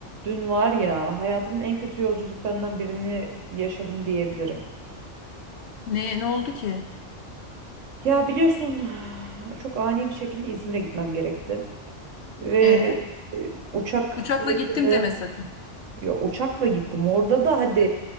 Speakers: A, on the right (about 85°); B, on the left (about 65°).
A: Dün var ya hayatımın en kötü yolculuklarından birini yaşadım diyebilirim.
B: Ne, ne oldu ki?
A: Ya biliyorsun <sighs> çok ani bir şekilde İzmir'e gitmem gerekti. Ve
B: E,
A: e, uçak
B: uçakla
A: bileti
B: gittim
A: de
B: deme sakın.
A: ya uçakla gittim. Orada da hadi